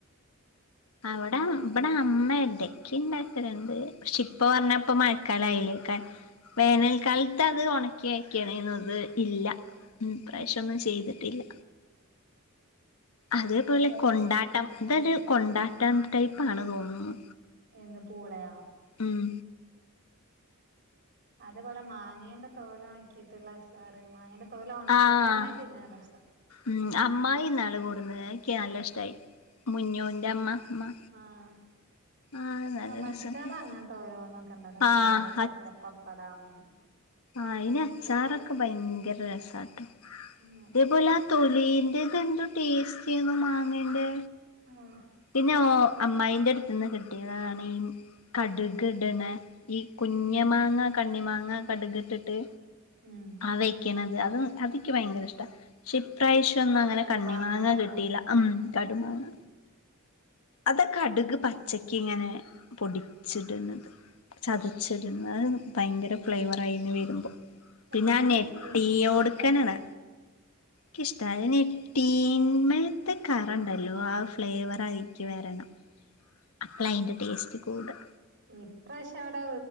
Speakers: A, on the left; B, on the right.
A: അവിടെ ഇവിടെ അമ്മ ഇടയ്ക്ക് ഇണ്ടാക്കലാണ്ട് പക്ഷെ ഇപ്പ പറഞ്ഞപ്പ മഴക്കാലം ആയില്ലേ വേനൽക്കാലത്ത് അത് ഒണക്കി വയ്ക്കണേനു ഇത് ഇല്ല. ഉം ഇപ്രാവശ്യ ഒന്നും ചെയ്തിട്ടില്ല അതേപോലെ കൊണ്ടാട്ട ട്ടം ഇതൊരു കൊണ്ടാട്ടം ടൈപ്പാണ് തോന്നുന്നു.
B: എന്ത് പൂളയോ?
A: ഉം
B: അതേപോലെ മാങ്ങേന്റെ തോല് ആക്കിയിട്ടുള്ള അച്ചാറ്. മാങ്ങേ തോല് ഉണക്കിയത്
A: ആഹ്
B: തന്നെ തിന്നാൻ രസ.
A: ഉം അമ്മായി ഇന്നാള് കൂടുന്ന് എനിക്ക് നല്ല ഇഷ്ടമായി മുഞ്ഞുന്റെ അമ്മ അമ്മ.
B: ആഹ്
A: ആഹ് നല്ല
B: ആ മറ്റാൾ
A: രസണ്ടായിന്നു
B: അങ്ങനത്തെ ഓരോന്നൊക്കെ ഉണ്ടാക്കും. ഞാൻ
A: ആഹ്
B: പറഞ്ഞില്ലേ. ചക്കപ്പപ്പടം
A: ആ അയിന് അച്ചാറൊക്കെ ഭയങ്കര രസാട്ടോ.
B: <unintelligible>
A: ഇതേപോലെ ആ തൊലീന്റെ ഇതെന്തോ ടേസ്റ്റിയായിരുന്നു. മാങ്ങേ ന്റെ
B: ആഹ്
A: പിന്നെ ഓ അമ്മായിന്റെടുത്ത് നിന്ന് കിട്ടിയത്താണ്. കടുക് ഇട്ണെ ഈ കുഞ്ഞ്മാങ്ങ കണ്ണി മാങ്ങ കടുക് ഇട്ടിട്ട്.
B: ഉം
A: ആ വയ്ക്ക്ണത് അത് അതെനിക്ക് ഭയങ്കര ഇഷ്ടാണ് പക്ഷെപ്രാവശ്യന്നും അങ്ങനെ
B: കടുമാങ്ങാച്ചാറാ
A: കണ്ണി മങ്ങ കിട്ടിയില്ല. ഉം കടുമാങ്ങ അതൊ കടുക് പ ഉച്ചക്ക് ഇങ്ങനെ പൊടിച്ചിടുന്നത്. ചതച്ചിരുന്ന് ഭയങ്കര ഫ്ലേവർ ആയിന്ന് വരുമ്പോ.
B: കടുമാങ്ങക്ക്
A: പിന്നെ ആ നൊടിയോടുക്കനൊആണ്.
B: ഇഷ്ടല്ല
A: ക്ക്ഇഷ്ടണ് അ നൊടിന്മയത്തെ കറണ്ടല്ലോ ആ ഫ്ലേവർ അയിക്ക്ട്ട് വരണം. അപ്പളാ അതിൻ്റെ ടേസ്റ്റ് കൂടാ.
B: ഇപ്രാവശ്യവിടെ